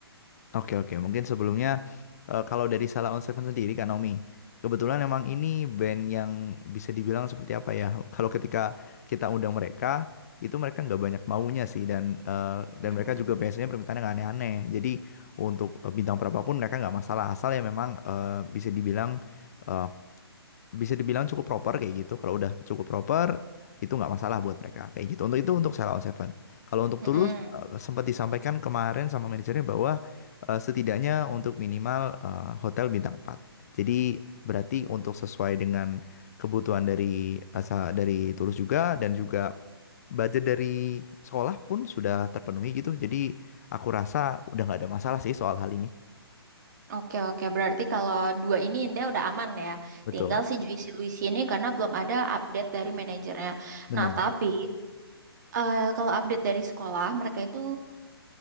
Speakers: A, on the left; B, on the right.
A: Oke oke, mungkin sebelumnya eh, kalau dari Salah On Seven sendiri Kak Naomi, kebetulan emang ini band yang bisa dibilang seperti apa ya? Kalau ketika kita undang mereka, itu mereka nggak banyak maunya sih dan eh, dan
B: Mm-mm.
A: mereka juga biasanya permintaannya nggak aneh-aneh. Jadi untuk eh, bintang berapapun mereka nggak masalah asal ya memang eh, bisa dibilang eh, bisa dibilang cukup proper kayak gitu. Kalau udah cukup proper, itu nggak masalah buat mereka kayak gitu. Untuk itu untuk Sheila on Seven. Kalau untuk
B: Mm-mm.
A: Tulus eh, sempat disampaikan kemarin sama manajernya bahwa eh, setidaknya untuk minimal eh, hotel bintang empat Jadi berarti untuk sesuai dengan kebutuhan dari asa dari Tulus juga dan juga budget dari sekolah pun sudah terpenuhi gitu. Jadi aku rasa udah nggak ada masalah sih soal hal ini.
B: Oke oke berarti kalau dua ini intinya udah aman ya.
A: Betul,
B: Tinggal si Juicy Luicy ini karena belum ada update dari manajernya.
A: benar.
B: Nah tapi eh, kalau update dari sekolah mereka itu